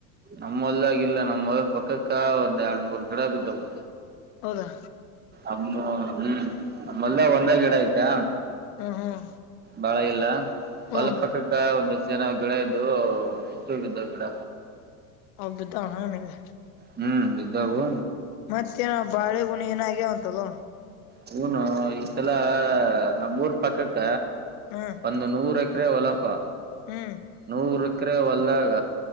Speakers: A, on the right (about 20°); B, on the left (about 65°).
A: ನಮ್ಮ ಹೊಲ್ದಾಗಿಲ್ಲ ಇಲ್ಲ ನಮ್ಮ ಹೊಲದಪಕ್ಕಕ್ಕ ಒಂದ್ ಎರಡ್ ಮೂರ್ ಗಿಡ ಬಿದ್ದವು
B: ಹೌದಾ
A: ಅಮ್ಮ ಹೂ ನಮ್ಮ ಹೊಲದಾಗ ಒಂದೇ ಗಿಡ ಆಯ್ತಾ
B: ಹ್ಮ್ ಹ್ಮ್
A: ಬಾಳ ಇಲ್ಲ ಹೊಲ
B: ಹ್ಮ್
A: ಪಕ್ಕಕ್ಕ ಒಂದಷ್ಟ ಜನ ಗಿಡ ಇದ್ವು ಅಷ್ಟು ಬಿದ್ದವು ಗಿಡ
B: ಅವು ಬಿದ್ದಾವಣ್ಣ ನಿಂಗ್
A: ಹೂ ಬಿದ್ದವು
B: ಮತ್ತೆನ ಬಾಳೆ ಗುಣಿ ಏನು ಆಗ್ಯಾವಂತಲ್ಲೋ
A: ಹೂನೋ ಈ ಸಲಾ ನಮ್ಮೂರ್ ಪಕ್ಕಕ್ಕ
B: ಹ್ಮ್
A: ಒಂದು ನೂರಕ್ಕ ಕರೆ ವಲ್ಲಪ್ಪ
B: ಹ್ಮ್
A: ನೂರು ಸಕ್ಕರೆ ಹೊಲ್ದಾಗ